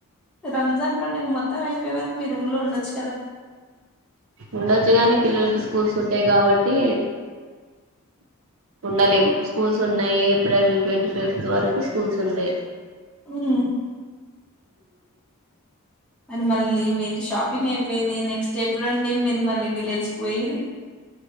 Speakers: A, in the centre; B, on the right.
A: రంజాన్ పండుగ మొత్తం అయిపోయవరకు మీరు ఊర్లో ఉండచ్
B: ఉండొచ్చు కానీ, పిల్లలకి స్కూల్స్ ఉంటాయి కాబట్టి. ఉండలేము స్కూల్స్ ఉన్నాయి. ఏప్రిల్ ట్వంటీ ఫిఫ్త్ వరకు స్కూల్స్ ఉంతాయ్.
A: హ్మ్మ్ అది మళ్ళీ మీరు షాపింగ్ అయిప్ పోయేది నెక్స్ట్ ఎప్పుడండి మీరు మళ్ళీ విలేజ్ కు పోయేది